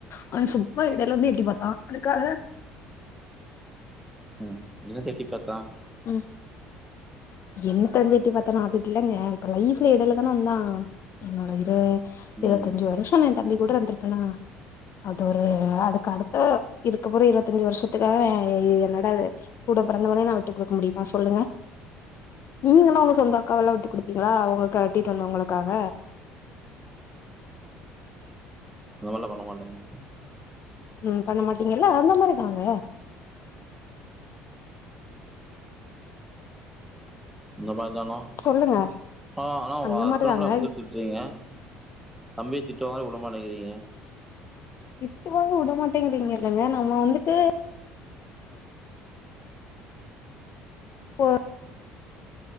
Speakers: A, on the left; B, in the centre.
A: அவன் சும்மா இடையில இருந்து எட்டி பாத்தா அதுக்காக
B: ம் என்னத்த எட்டி பாத்தா
A: ம் என்னத்த வந்து எட்டி பாத்தா அதுல்லங்க இப்ப லைஃப்ல இடயில தான வந்தா என்னோட இரு
B: ம்
A: இருபத்தஞ்சு வருஷ நா என் தம்பி கூட இருந்திருப்பேனா அது ஒரு அதுக்கு அடுத்த இதுக்கப்புற இருபத்தஞ்சு வருஷத்துக்காக என்னோட கூட பிறந்தவனே நா விட்டு கொடுக்க முடியுமா சொல்லுங்க நீங்க எல்லா உங்க சொந்த அக்காவெல்லா விட்டு குடுப்பிங்க பிங்களா அவுங்க கட்டிட்டு வந்தவங்களுக்காக
B: அதல பண்ண மாட்டேங்க
A: ம் பண்ண மாட்டீங்கல்ல அந்த மாரி தாங்க
B: அந்த மாரி தானா
A: சொல்லுங்க
B: ஆனா உங்க
A: அந்த
B: ஹஸ்பண்ட்
A: மாரிதாங்க
B: அ மட்டு அந்த திட்டு திட்ரேங்க தம்பிய திட்டனாலு விட மாட்றீங்க
A: திட்டுவாங்க விடமாட்டேங்கிறீங்க இல்லேங்க நம்ம வந்துட்டு போ